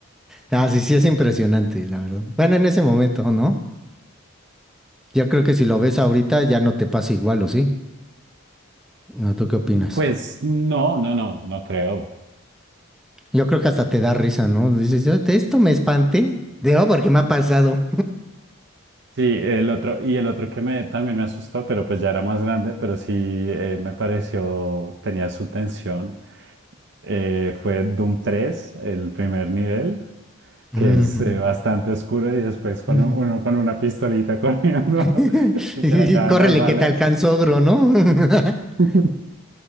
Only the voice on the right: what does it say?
pues no, no, no, no creo.
Sí, el otro, y el otro que me, también me asustó, pero pues ya era más grande, pero sí eh, me pareció, tenía su tensión, eh, fue Doom 3, el primer nivel,
que es eh, bastante oscuro y después con
un- uno con una pistolita corriendo
<laughs> y
se le acaban
las balas.
<laughs>